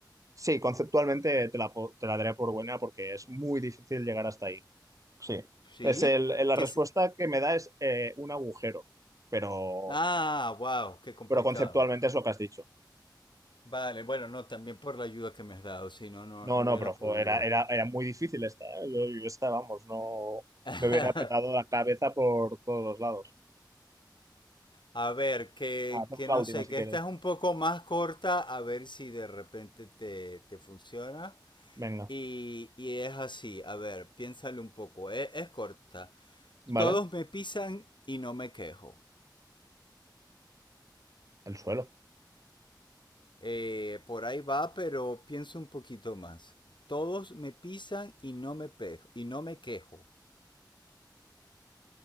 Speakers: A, on the right; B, on the left.
A: Sí, conceptualmente te la, po- te la daré por buena porque es muy difícil llegar hasta ahí. Sí.
B: ¿Sí?
A: Es el, la
B: Que
A: respuesta
B: se-
A: que me da es eh, un agujero, pero,
B: Ah, wow, qué complicado.
A: pero conceptualmente es lo que has dicho.
B: Vale, bueno, no, también por la ayuda que me has dado, si no, no,
A: No,
B: no
A: no,
B: hubiera
A: pero jo,
B: podido.
A: era, era, era muy difícil esta, ¿eh? Yo, yo esta, vamos, no me
B: <laughs>
A: hubiera petado la cabeza por todos los lados.
B: A ver, que,
A: Ah, hacemos
B: que
A: la
B: no
A: última
B: sé,
A: si
B: que
A: quieres.
B: esta es un poco más corta, a ver si de repente te, te funciona.
A: Venga,
B: Y, y es así, a ver, piénsale un poco, e- es, corta.
A: ¿vale?
B: Todos me pisan y no me quejo.
A: El suelo.
B: Eh, por ahí va, pero pienso un poquito más. Todos me pisan y no me, pejo, y no me quejo.